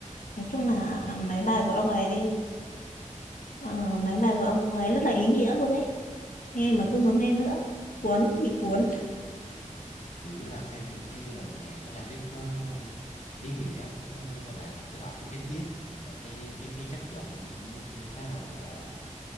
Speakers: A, on the left; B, on the left.
A: nói chung
B: rồi
A: là
B: tôi nghe
A: mấy
B: rất là
A: bài
B: nhiều
A: của ông ấy ờ, mấy bài của ông ấy rất là ý nghĩa luôn ấy nghe
B: Ừm,
A: mà cứ muốn nghe nữa cuốn bị cuốn
B: đúng rồi. chủ yếu là cái cái lời nhạc cái lyric nó ý nghĩa với với lại là kết hợp với cái beat và cái cái cái chất giọng cũng cũng khá là gọi là